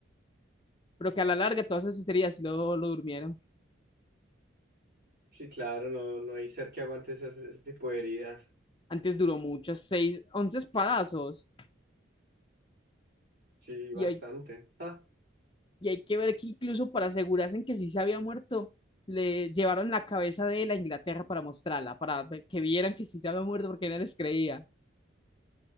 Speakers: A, on the left (about 25°); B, on the right (about 50°).
A: Pero que a la larga todas esas heridas sí lo, lo durmieron.
B: Sí, claro, no, no hay ser que aguante esas- ese tipo de heridas.
A: Antes duró muchas, 6 11 espadazos.
B: Sí, bastante.
A: Y hay,
B: Ah,
A: y hay que ver que incluso para asegurarse en que sí se había muerto, le llevaron la cabeza de él a Inglaterra para mostrarla, para ver- que vieran que sí se había muerto porque nadie les creía.